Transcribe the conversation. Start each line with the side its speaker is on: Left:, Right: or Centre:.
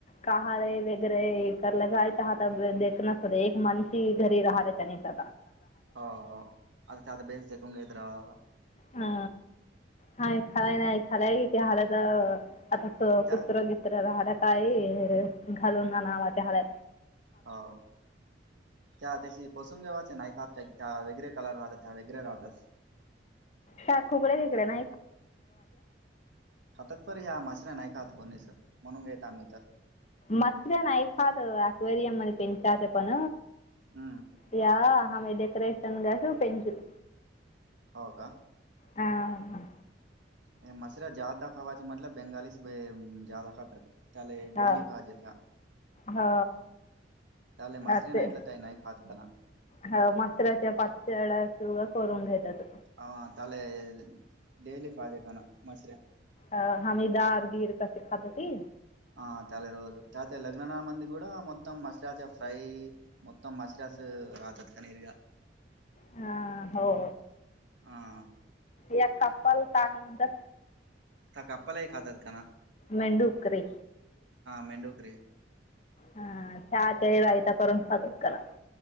Left: काहार वगैरे करलं जायच आताेत नसत एक मानशीी घरी राहयच्या निसता
Right: हो हो आताता बेस जकून घेत रावावा
Left: हा हाय खराय नाही खराय ते हलात आता
Right: त्या
Left: कुत्र गित्र राह काही घालून नावा त्या हला
Right: हो त्या पसूनंगेवाचे नाही खहात काय की त्या वेगरे कलर राहतात त्या वेगरे राहतात
Left: का खुकडे तिकडे ना
Right: खातातप या मचला नाही का हात कोण्याचं म्हणून घेत आम्ही तर
Left: मसले नऐकाद अक्वेरयम मनी त्यांचााज पण
Right: हम्म
Left: या आ म डेकरेशन गस पचते
Right: हो का
Left: हां
Right: हे मशर जदा खावाचे मतल बेंगालीच जदा खातात त्याले डेली
Left: हा
Right: पाहिजे त्या
Left: हा
Right: त्याले
Left: हा
Right: मसरी
Left: ते
Right: नाईटला त्या नाही खात काना
Left: हा मासराच्या पाचशळा्या करून घेतात
Right: अ तले डडेली पाजे काना मसऱ्या
Left: अ हमीिदारगिर क श खातती
Right: ह तले रोजू तत लग्नना मंद क मतम मसेरास फ्रई मतम मशरास रातात कनीरग
Left: ह हो
Right: हं
Left: या कप्पाल काय म्हणतात
Right: त्या कपपालाही खातात का ना
Left: मडूकरी
Right: मेंढुकरी
Left: हा चहाच्याारी रायता करून खात कला